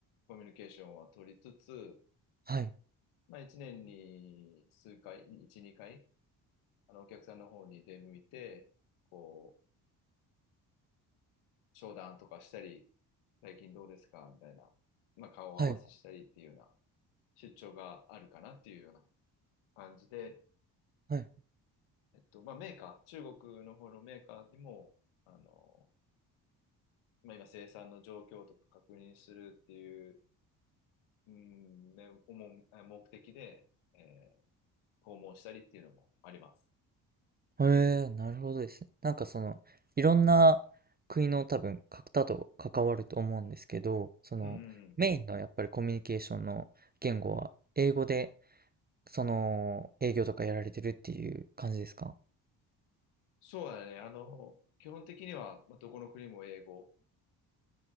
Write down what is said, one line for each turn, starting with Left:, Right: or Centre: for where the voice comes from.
Left: コミュニケーションは取りつつ、
Right: はい、
Left: まあ、1年に数回、1、2回、あの、お客さんの方に出向いて、こう、商談とかしたり、最近どうですかみたいな、まあ、顔合わせしたりっていうような
Right: はい、
Left: 出張があるかなっていうような感じで、
Right: はい。
Left: えっと、まあ、メーカー、中国の方のメーカーにも、あの、まあ、今生産の状況とか確認するっていう、うん、ね、思うあ目的で、えー訪問したりっていうのもあります。
Right: へえ、なるほどですね。なんかその、いろんな国の多分方と関わると思うんですけど、その、
Left: うん、うん。
Right: メインのやっぱりコミュニケーションの言語は英語で、その、営業とかやられてるっていう感じですか
Left: そうだね。あの、基本的には、まあ、どこの国も英語